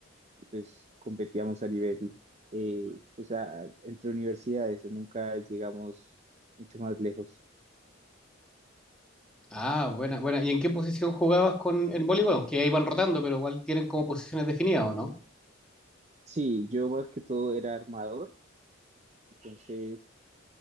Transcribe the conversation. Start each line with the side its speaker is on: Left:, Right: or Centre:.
Right: y pues competíamos a nivel, eh, pues a- entre universidades, nunca llegamos mucho más lejos.
Centre: Ah, buena, buena. ¿Y en qué posición jugabas con en voleibol? Aunque ahí van rotando, pero igual tienen como posiciones definidas, ¿o no?
Right: Sí, yo más que todo era armador, entonces